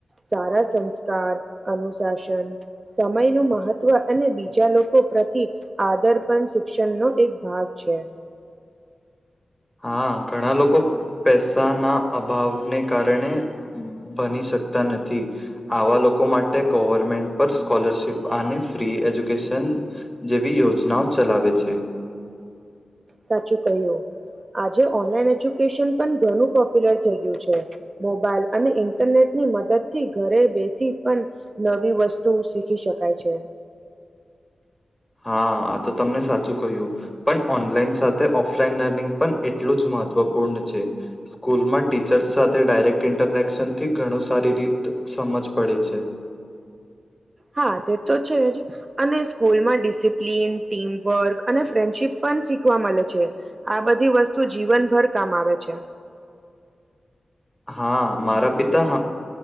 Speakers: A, on the right; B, on the left.
A: સારા સંસ્કાર, અનુશાસન સમયનું મહત્વ અને બીજા લોકો પ્રતિ આદર પણ શિક્ષણનો એક ભાગ છે.
B: હા, ઘણા લોકો પૈસાના અભાવને કારણે બની શકતા નથી આવા લોકો માટે ગવર્મેન્ટ પર સ્કોલરશિપ અને ફ્રી એજ્યુકેશન જેવી યોજનાઓ ચલાવે છે.
A: સાચું કહ્યું આજે ઓનલાઈન એજ્યુકેશન પણ ઘણું પોપ્યુલર થઈ ગયું છે. મોબાઈલ અને ઇન્ટરનેટ ની મદદ થી ઘરે બેસી પણ નવી વસ્તુ શીખી શકાય છે
B: હા આ તો તમને સાચું કહ્યું પણ ઓનલાઈન સાથે ઓફલાઈન લર્નિંગ પણ એટલું જ મહત્વપૂર્ણ છે. સ્કૂલમાં ટીચર્સ સાથે ડાયરેક્ટ ઇન્ટરનેક્શન થી ઘણું સારી રીત સમજ પડે છે.
A: હા તે તો છે જ અને સ્કૂલમાં ડિસિપ્લન ટીમવર્ક અને ફ્રેન્ડશીપ પણ શીખવા મળે છે. આ બધી વસ્તુ જીવનભર કામ આવે છે.
B: હા મારા પિતા હા